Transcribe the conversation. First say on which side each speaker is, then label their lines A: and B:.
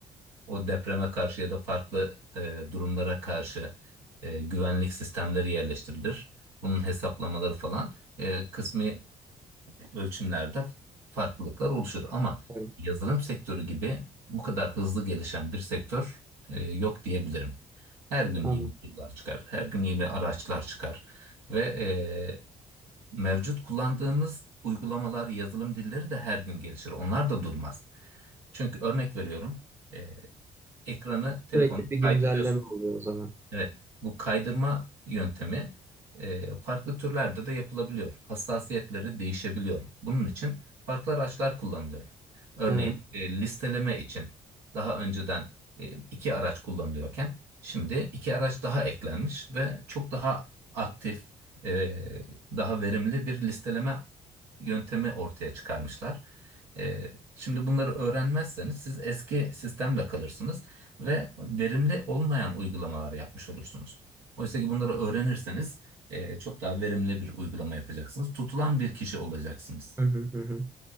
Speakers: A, on the right; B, on the right.
A: o depreme karşı ya da farklı e, durumlara karşı e, güvenlik sistemleri yerleştirilir. Bunun hesaplamaları falan e, kısmi ölçümlerde farklılıklar oluşur. Ama
B: evet.
A: yazılım sektörü gibi bu kadar hızlı gelişen bir sektör e, yok diyebilirim. Her gün
B: Anladım.
A: yeni tool'lar çıkar, her gün yeni araçlar çıkar ve e, mevcut kullandığımız uygulamalar, yazılım dilleri de her gün gelişir. Onlar da durmaz. Çünkü örnek veriyorum. e, ekranı telefonu
B: Sürekli bir güncelleme
A: kaydırıyorsunuz.
B: oluyor o zaman.
A: Evet, bu kaydırma yöntemi e, farklı türlerde de yapılabiliyor. Hassasiyetleri değişebiliyor. Bunun için farklı araçlar kullanılıyor. Örneğin
B: Evet.
A: e, listeleme için daha önceden e, iki araç kullanılıyorken şimdi iki araç daha eklenmiş ve çok daha aktif, e, daha verimli bir listeleme yöntemi ortaya çıkarmışlar. E, şimdi bunları öğrenmezseniz siz eski sistemle kalırsınız ve verimli olmayan uygulamalar yapmış olursunuz. Oysa ki bunları öğrenirseniz e, çok daha verimli bir uygulama yapacaksınız. Tutulan bir kişi olacaksınız.
B: Hı hı hı. hı.